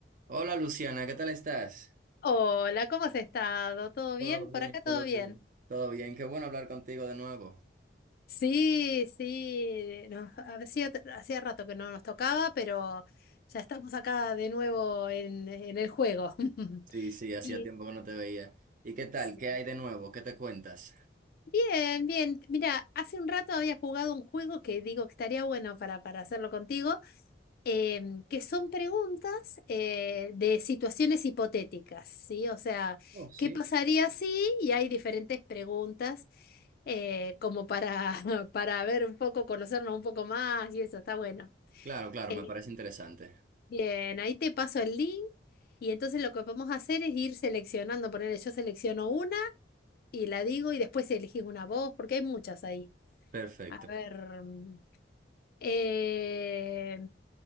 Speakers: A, on the right; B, on the left.
A: Hola Luciana, ¿qué tal estás?
B: Hola, ¿cómo has estado? ¿Todo
A: Todo
B: bien?
A: bien,
B: Por acá
A: todo
B: todo bien.
A: bien. ¿Todo bien? Qué bueno hablar contigo de nuevo.
B: Sí, sí, no, hacía, hacía rato que no nos tocaba, pero ya estamos acá de nuevo en, en el juego. <laughs>
A: Sí, sí, hacía
B: Y
A: tiempo que no te veía. ¿Y qué tal?
B: sí.
A: ¿Qué hay de nuevo? ¿Qué te cuentas?
B: bien, bien. Mira, hace un rato había jugado un juego que digo que estaría bueno para, para hacerlo contigo, em, que son preguntas eh, de situaciones hipotéticas, ¿sí? O sea,
A: Oh, sí.
B: ¿qué pasaría si? Y hay diferentes preguntas eh, como para, <laughs> para ver un poco, conocernos un poco más y eso, está bueno.
A: Claro, claro,
B: Eh,
A: me parece interesante.
B: bien, ahí te paso el link y entonces lo que podemos hacer es ir seleccionando, ponerle yo selecciono una y la digo y después elegís una voz, porque hay muchas ahí.
A: Perfecto.
B: A ver. mm, Eh,